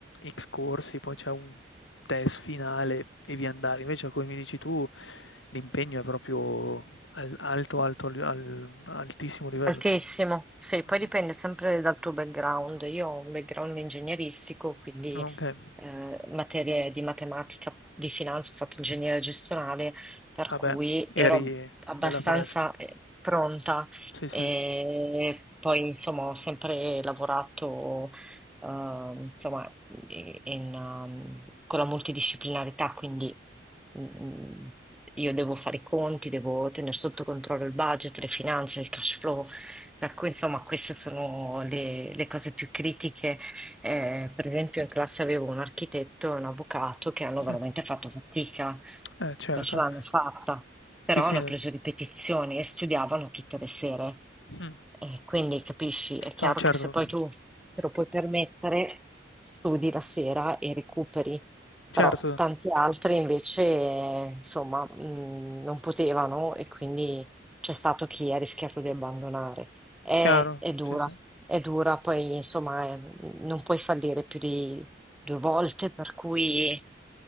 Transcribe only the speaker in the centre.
Altissimo, sì, poi
dipende sempre dal tuo background. Io ho un background ingegneristico, quindi
eh, materie di matematica, di finanza, ho fatto ingegneria gestionale, per
cui
ero
abbastanza
eh, pronta.
E
poi, insomma, ho sempre lavorato eh, insomma, in- in, eh, con la multidisciplinarità, quindi mm, mm, io devo fare i conti, devo tenere sotto controllo il budget, le finanze, il cash flow per cui, insomma, queste sono le, le cose più critiche. Eh, per esempio, in classe avevo un architetto e un avvocato che hanno
veramente fatto fatica,
non ce l'hanno fatta, però
hanno preso ripetizioni e studiavano tutte le sere.
E quindi capisci, è chiaro
che se poi tu te lo puoi permettere, studi la sera e recuperi, però
tanti altri invece, eh, insomma, mh, non potevano e quindi c'è stato chi ha rischiato di abbandonare. È,
è dura,
è dura, poi insomma è- non puoi fallire più di due volte, per cui